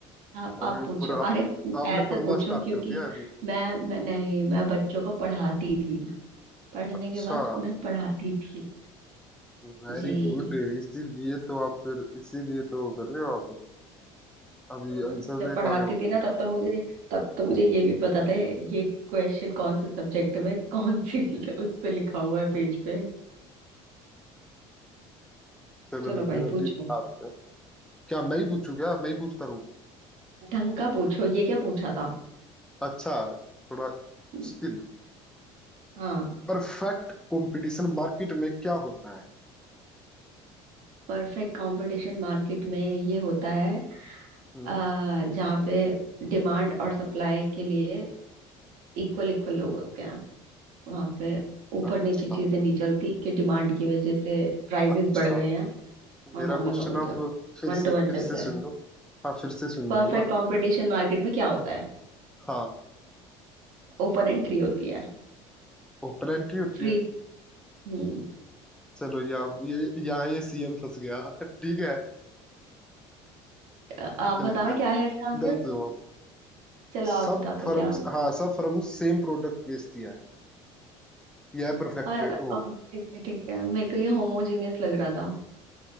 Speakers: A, on the right; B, in the centre.
A: आप
B: अभी
A: आप
B: ऊपर
A: पूछो
B: आप
A: अरे
B: आपने
A: ऐसे
B: पढ़ना
A: पूछो
B: स्टार्ट
A: क्योंकि
B: कर दिया अभी
A: मैं मैं नहीं मैं बच्चों को पढ़ाती थी पढ़ने
B: अच्छा
A: के बाद उन्हें पढ़ाती थी
B: वेरी
A: जी
B: गुड इसीलिए तो आप फिर इसीलिए तो वो कर रहे हो आप अभी
A: तो
B: आंसर
A: जब
B: दे
A: पढ़ाती
B: पा रहे हो
A: थी ना तब तो मुझे तब तो मुझे ये भी पता था ये क्वेश्चन कौन से सब्जेक्ट में कौन सी उस पे लिखा हुआ है
B: <laughs>
A: पेज पे
B: चलो
A: चलो
B: तो फिर
A: भाई
B: अभी
A: पूछो
B: आपका क्या मैं ही पूछूं क्या मैं ही पूछता रहूं
A: ढंग का पूछो ये क्या पूछा था
B: अच्छा थोड़ा मुश्किल
A: हम्म, हाँ
B: परफेक्ट कंपटीशन मार्केट में क्या होता है
A: परफेक्ट कंपटीशन मार्केट में ये होता है
B: हम्म,
A: आ जहाँ पे डिमांड और सप्लाई के लिए इक्वल इक्वल लोग होते हैं वहां पे ऊपर
B: अच्छा
A: नीचे चीजें नहीं चलती कि डिमांड की वजह से प्राइसेस
B: अच्छा
A: बढ़ गए हैं और
B: मेरा
A: नॉर्मल
B: क्वेश्चन
A: नॉर्मल
B: आप
A: चल
B: फिर
A: वन टू
B: से
A: वन
B: फिर
A: चल
B: से
A: रहा है
B: सुन लो हाँ फिर से सुन
A: परफेक्ट
B: लो एक बार
A: कंपटीशन मार्केट में क्या होता है
B: हाँ
A: ओपन एंट्री होती है
B: ओपन एंट्री होती
A: फ्री
B: है
A: हम्म
B: चलो यहाँ ये यहाँ ये सीएम फंस गया <laughs> ठीक है
A: आ- आप
B: गलत
A: बताना
B: है
A: क्या है इसका आंसर
B: गलत हो आप
A: चलो आप
B: सब
A: बता
B: फर्म्स
A: दो क्या
B: हाँ सब फर्म्स सेम प्रोडक्ट बेचती हैं यह परफेक्ट
A: और
B: ओ
A: और ठीक है ठीक है मेरे को ये होमोजीनियस लग रहा था